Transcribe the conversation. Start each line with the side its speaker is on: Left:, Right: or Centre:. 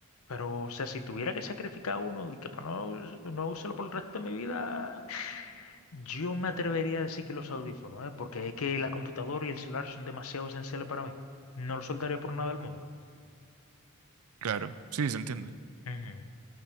Left: Pero, o sea, si tuviera que sacrificar uno, de que para no, us- no usarlo por el resto de mi vida, yo me atrevería a decir que los audífonos, ¿eh? Porque es que la computadora y el celular son demasiado esenciales para mí. No los soltaría por nada del mundo.
Right: Claro, sí, se entiende.
Left: Ujú.